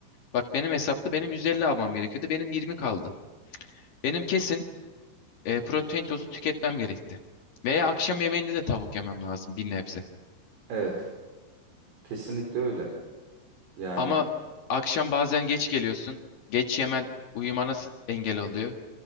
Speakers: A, on the left; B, on the right.
A: Bak benim hesapta benim 150 almam gerekiyordu. Benim 20 kaldı. Benim kesin e, protein tozu tüketmem gerekti. Veya akşam yemeğinde de tavuk yemem lazım bir nebze.
B: Evet. Kesinlikle öyle. Yani
A: Ama akşam bazen geç geliyorsun. Geç yemen uyumana s- engel oluyor.